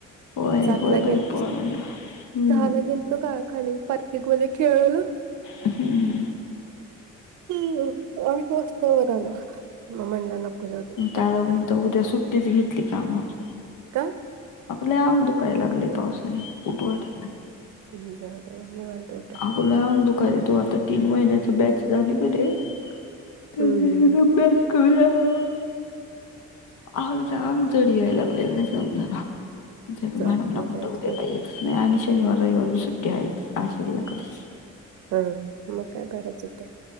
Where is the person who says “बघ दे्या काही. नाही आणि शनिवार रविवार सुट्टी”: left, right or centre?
Left